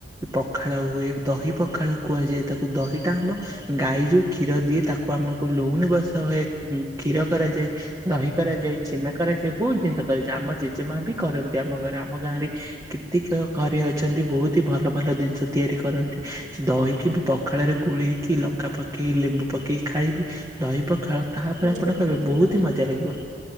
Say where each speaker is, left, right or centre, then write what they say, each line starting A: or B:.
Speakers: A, on the right (about 20°); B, on the right (about 70°).
A: ପଖାଳ ହୁଏ ଦହି ପଖାଳ କୁହାଯାଏ ତାକୁ ଦହିଟା ଆମ ଗାଈ ଯୋଉ କ୍ଷୀର ଦିଏ ତାକୁ ଆମକୁ ଲହୁଣୀ ବସା ହୁଏ କ୍ଷୀର କରାଯାଏ। ଦହି କରାଯାଏ ଛେନା କରାଯାଏ ବହୁତ ଜିନିଷ କରାଯାଏ। ଆମ ଜେଜେମା ବି କରନ୍ତି ଆମ ଘରେ ଆମ ଗାଁରେ କେତକ କରେ ଅଛନ୍ତି ବହୁତ ହି ଭଲ ଭଲ ଜିନିଷ ତିଆରି କରନ୍ତି। ଦହିକି ବି ପଖାଳରେ ଗୋଳେଇକି ଲଙ୍କା ପକେଇ ଲେମ୍ବୁ ପକେଇ ଖାଇବି। ଦହି ପ ଖାଳ ଖାଅ ତାପରେ
B: ହଉଛି
A: ଆପଣ
B: ଗୋଟେ
A: କହିବେ
B: ଅଲଗା
A: ବହୁତ ହି ମଜା ଲାଗିବ।